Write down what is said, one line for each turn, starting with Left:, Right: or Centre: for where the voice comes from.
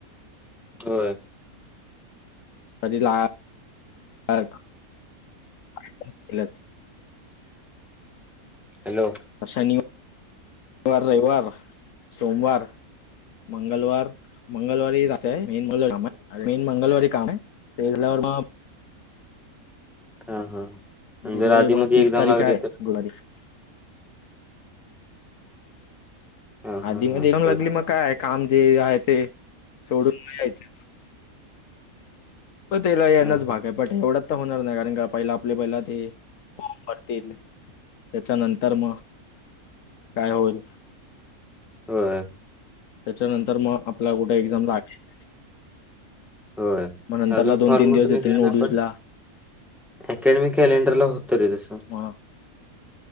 Centre: होय.
Left: तरी ला <unintelligible>
Centre: हॅलो.
Left: शनिवार <unintelligible> शनिवार, रविवार. सोमवार, मंगलवार मंगळवारी <unintelligible> मेन मंगलवारी कामय. <unintelligible>
Centre: हा, हा.
Left: गुरुवारी
Centre: जर आधी-
Left: मग
Centre: मधी,
Left: तीस
Centre: एक्झाम
Left: तारीख
Centre: लागली तर.
Left: <unintelligible>
Centre: हा हा
Left: आधी- मध्ये
Centre: हा
Left: एक्झाम
Centre: चल
Left: लागली मग काय? काम जे आहे ते. सोडून यायचं त्याला यानाच
Centre: हा
Left: भागय.
Centre: हा
Left: पट एवढाच तर होणार नाही. कारण का, पहिला आपले, पहिला ते फॉर्म भरतील. त्याच्यानंतर मग. काय होईल?
Centre: होय.
Left: त्याच्यानंतर मग, आपला कुठे एक्झाम लागेल.
Centre: होय.
Left: मग नंतरला
Centre: अजून
Left: दोन
Centre: फॉर्मच
Left: तीन दिवस येतील
Centre: निघले
Left: नोटीसला
Centre: नाही पण. अकॅडमिक कॅलेंडरला होतं रे, तसं.
Left: मग